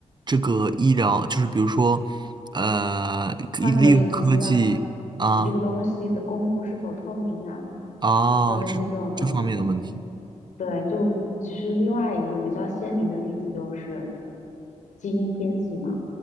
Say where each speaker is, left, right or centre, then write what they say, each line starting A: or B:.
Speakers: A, on the right; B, on the left.
A: 这个医疗，就是比如说，呃，可以利用科技啊
B: 患者隐私啊，你这个东西的公布是否透明啊，
A: 啊，
B: 就类似于这种东西。
A: 这这方面的问题
B: 对，就其实另外一个比较鲜明的例子就是基因编辑嘛。